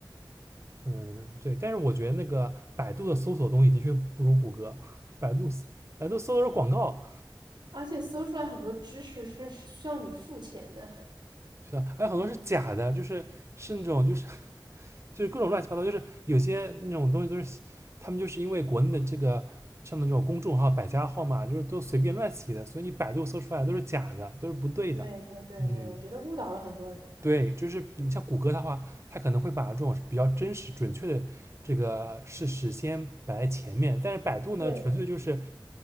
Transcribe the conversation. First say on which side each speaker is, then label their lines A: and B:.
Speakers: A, on the right; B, on the right.
A: 嗯，对，但是我觉得那个百度的搜索东西的确不如谷歌，百度百度搜的是广告，
B: 而且搜出来很多知识是需要你付钱的，<laughs>
A: 是吧？还有很多是假的，
B: 但
A: 就是是那种就是 <laughs> 就是各种乱七八糟，就是有些那种东西都是他们就是因为国内的这个像那种公众号、百家号嘛，就是都随便乱起的，所以你百度搜出来的都是假的，都是不对的。
B: 对对对对，
A: 嗯，
B: 我觉得误导了很多人。
A: 对，就是你像谷歌的话，它可能会把这种比较真实、准确的这个事实先摆在前面，但是百度呢，
B: 对
A: 纯粹就是